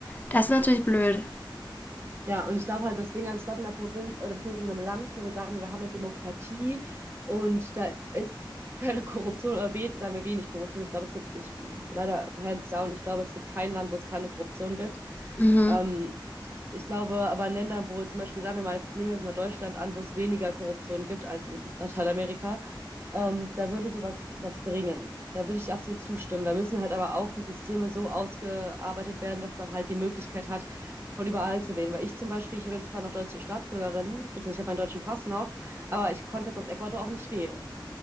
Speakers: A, on the left; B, on the right.
A: das ist natürlich blöd.
B: Ja, und ich glaube halt, das Ding, also ich glaube, in einer Provinz oder beziehungsweise in einem Land, wo wir sagen, wir haben eine Demokratie und da ist keine <laughs> Korruption oder we sagen wir wenig Korruption. Ich glaube, es gibt, ich, leider hands down, ich glaube, es gibt kein Land, wo es keine Korruption gibt.
A: Mhm.
B: Ähm, ich glaube, aber in Ländern, wo zum Beispiel, sagen wir mal, jetzt nehmen wir jetzt mal Deutschland an, wo es weniger Korruption gibt als in Lateinamerika, ähm, da würde sowas was bringen. Da würde ich dir absolut zustimmen. Da müssen halt aber auch die Systeme so ausgearbeitet werden, dass man halt die Möglichkeit hat, von überall zu wählen. Weil ich zum Beispiel, ich bin zwar noch deutsche Staatsbürgerin, beziehungsweise ich habe meinen deutschen Pass noch, aber ich konnte jetzt aus Ecuador auch nicht wählen.